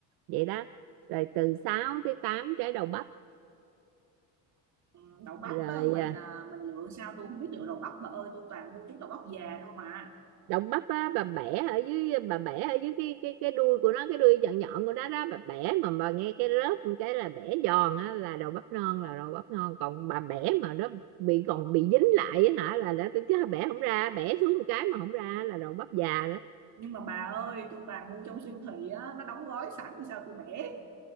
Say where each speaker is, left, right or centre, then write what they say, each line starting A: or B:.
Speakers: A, on the right; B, on the right.
A: vậy đó rồi từ 6 tới 8 trái đậu bắp
B: Ừ, đậu bắp
A: rồi
B: á, mình
A: à,
B: à, mình lựa sao tôi không biết lựa đậu bắp bà ơi tôi toàn mua trúng đậu bắp già không à
A: đậu bắp á, bà bẻ ở dưới bà bẻ ở dưới cái cái cái đuôi của nó cái đuôi nhọn nhọn của nó đó bà bẻ mà bà nghe cái rớp một cái là bẻ giòn á là đậu bắp non là đậu bắp ngon còn bà bẻ mà nó bị còn bị dính lại á hả là, là chứ bẻ không ra bẻ xuống một cái mà không ra là đậu bắp già đó
B: nhưng mà bà ơi tôi toàn mua trong siêu thị á nó đóng gói sẵn sao tôi bẻ